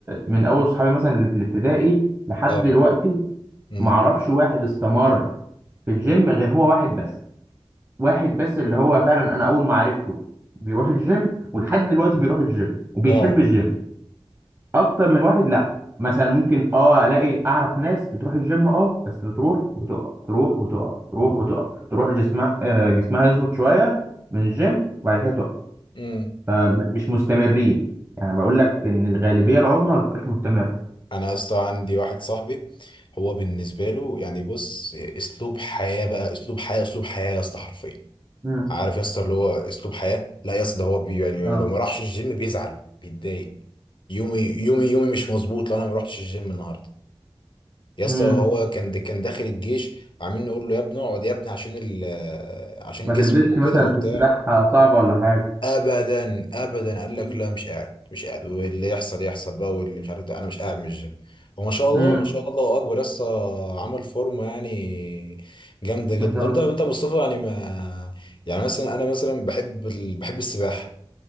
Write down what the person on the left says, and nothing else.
اه
امم
اه
امم
انا يا اسطى عندي واحد صاحبي هو بالنسبه له يعني بص اسلوب حياه بقى اسلوب حياه اسلوب حياه يا اسطى حرفيا
عارف يا اسطى اللي هو اسلوب حياه لا يا اسطى ده هو بي يعني
لو ما راحش الجيم بيزعل بيتضايق يومي يومي يومي مش مظبوط لو انا ما رحتش الجيم النهارده يا اسطى
هو كان كان داخل الجيش وعاملين نقول له يا ابني اقعد يا ابني عشان ال عشان
جسمك
وكده
وبتاع
ابدا ابدا قال
لك لا مش قاعد مش قاعد واللي يحصل يحصل بقى واللي مش عارف ده انا مش قاعد من الجيم وما شاء الله
ما شاء الله اكبر لسه عمل فورمه يعني جامده
جدا
انت
انت يا مصطفى يعني ما يعني مثلا انا مثلا بحب ال... بحب السباحه